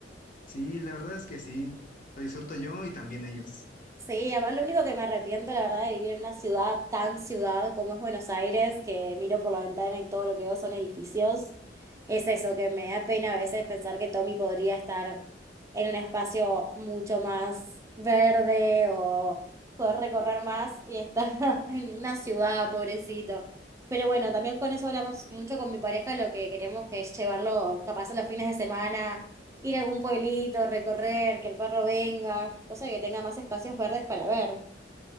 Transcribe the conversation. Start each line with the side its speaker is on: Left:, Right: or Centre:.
Left: Sí, la verdad es que sí, lo disfruto yo y también ellos.
Right: Sí, además lo único que me arrepiento, la verdad, de vivir en una ciudad tan ciudad como es Buenos Aires, que miro por la ventana y todo lo que veo son edificios, es eso, que me da pena a veces pensar que Tommy podría estar en un espacio mucho más verde o poder recorrer más y estar <laughs> en una ciudad, pobrecito. Pero bueno, también con eso hablamos mucho con mi pareja, lo que queremos que es llevarlo capaz a los fines de semana ir a algún pueblito, recorrer, que el perro venga, cosa que tenga más espacios verdes para ver.